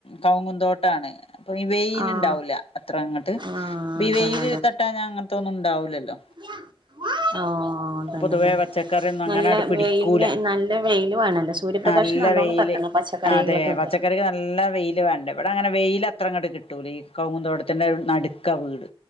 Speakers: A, on the left; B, on the right.
A: കൗങ്ങുന്തോട്ടാണ്. അപ്പൊ ഈ വെയില്ണ്ടാവൂല
B: ആഹ്
A: അത്ര അങ്ങട്ട്.
B: ആഹ്
A: വിവെയ്ല്
B: അതന്നെ
A: തട്ടാൻഞാ അങ്ങൻത്തത് ഒന്നും ഉണ്ടാവൂലല്ലോ.
B: ആഹ്. ആഹ് തന്നെലേ,
A: പൊതുവേ പച്ചക്കറിയൊന്നും
B: നല്ല
A: അങ്ങനെട് പിടിക്കൂല
B: വെയിലിനേ നല്ല വെയില് വേണോല്ലോ സൂര്യപ്രകാശം
A: നല്ല
B: നല്ലോണം
A: വെയില്
B: തട്ടണം. പച്ചക്കറികൾക്കൊക്കെ
A: അതെ, പച്ചക്കറിക്ക് നല്ല വെയില് വേണ്ടേ ഇവടെ അങ്ങനെ വെയില് അത്ര അങ്ങട് കിട്ട് ട്ടുലേ കൗങ്ങുന്തോട്ടത്തിന്റെ നടുക്ക വീട്